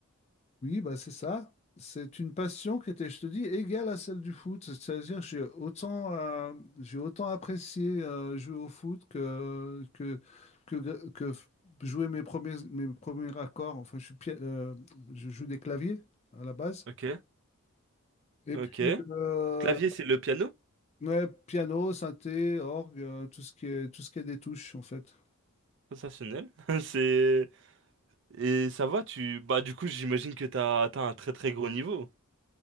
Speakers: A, on the left; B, on the right.
A: Oui, bah c'est ça. C'est une passion qui était, je te dis, égale à celle du foot. C'est-à-dire, que j'ai autant, euh, j'ai autant apprécié euh, jouer au foot que, que, que, que f- jouer mes premiers, mes premiers accords. Enfin, je suis, pia- euh, je joue des claviers à la base.
B: Ok.
A: Et
B: Ok.
A: puis, euh,
B: Clavier, c'est le piano.
A: ouais, piano, synthé, orgue, euh, tout ce qui est, tout ce qui est des touches, en fait.
B: Sensationnel. <laughs> C'est. Et ça va, tu... Bah du coup, j'imagine que t'as atteint un très très gros niveau.